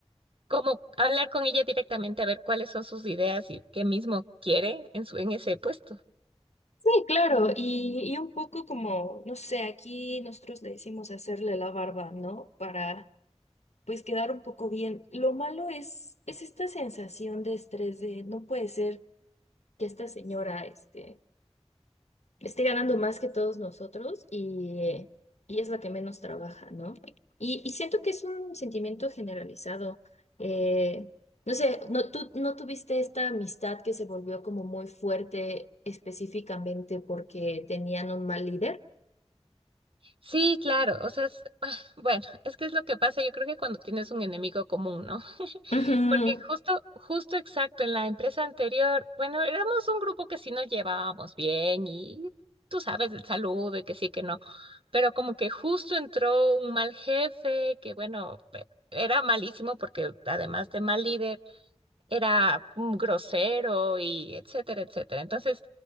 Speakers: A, on the right (about 55°); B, on the left (about 80°).
A: como hablar con ella directamente a ver cuáles son sus ideas y qué mismo quiere en su, en ese puesto.
B: Sí, claro, y, y un poco como, no sé, aquí nosotros le decimos hacerle la barba, ¿no? Para pues quedar un poco bien. Lo malo es, es esta sensación de estrés de no puede ser que esta señora, este, esté ganando más que todos nosotros y, eh, y es la que menos trabaja, ¿no? Y, y siento que es un sentimiento generalizado. Eh, no sé, no, tú no tuviste esta amistad que se volvió como muy fuerte específicamente porque tenían un mal líder.
A: Sí, claro, o sea, es- <sighs> bueno, es que es lo que pasa, yo creo que cuando tienes un enemigo común, ¿no?
B: Ujú.
A: Porque justo, justo exacto, en la empresa anterior, bueno, éramos un grupo que sí nos llevábamos bien y tú sabes el saludo y que sí, que no, pero como que justo entró un mal jefe que, bueno, pe- era malísimo porque además de mal líder, era mm, grosero y etcétera, etcétera. Entonces,